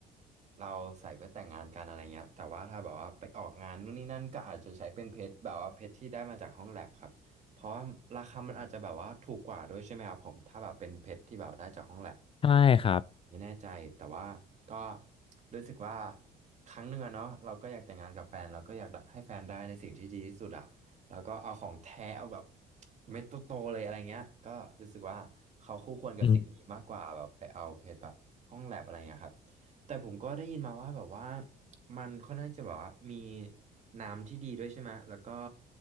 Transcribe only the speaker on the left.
ใช่ครับ
อืม